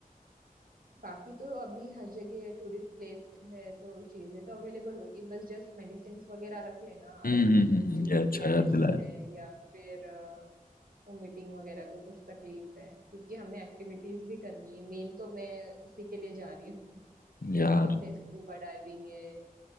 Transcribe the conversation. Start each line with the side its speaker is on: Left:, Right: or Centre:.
Right: बाकी तो अभी हर जगह टूरिस्ट प्लेस है तो चीजें तो अवेलेबल होगी बस जस्ट मेडिसिन वगैरह रख लेना
Left: हम्म
Right: अगर
Left: हम्म
Right: तुमको
Left: हम्म,
Right: कुछ
Left: हम्म,
Right: चीजों
Left: ये
Right: की
Left: अच्छा
Right: एलर्जी
Left: याद दिलाया
Right: है या फिर वोमिटिंग वगैरह को कुछ तकलीफ है क्योंकि हमें एक्टिविटीज भी करनी है मेन तो मैं उसी के लिए जा रही हूँ कि
Left: यार
Right: वहां पे स्कूबा डाइविंग है